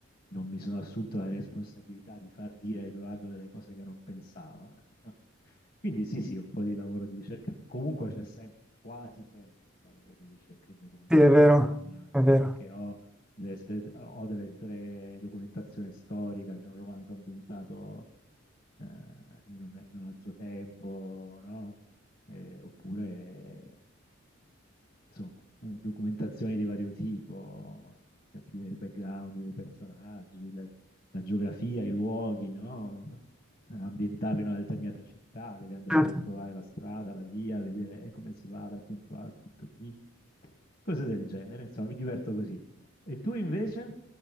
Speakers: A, on the left; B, in the centre.
A: non mi sono assunto la responsabilità di far dire a Edoardo delle cose che non pensava. ecco. Quindi sì, sì, un po' di lavoro di ricerca. Comunque c'è sempre, quasi sempre un lavoro di ricerca e documentazione
B: Sì, è vero,
A: nei romanzi,
B: è vero.
A: perché o deve essere, o deve essere documentazione storica, se è un romanzo ambientato eh, in un, in un altro tempo, no? Eh, oppure, insomma, eh, documentazioni di vario tipo, capire il background dei personaggi, la, la geografia, i luoghi, no? Ambientarlo in una determinata città, devi andarti
B: Certo.
A: a trovare la strada, la via, vedere come si va dal punto A al punto B, cose del genere, insomma, mi diverto così. E tu invece?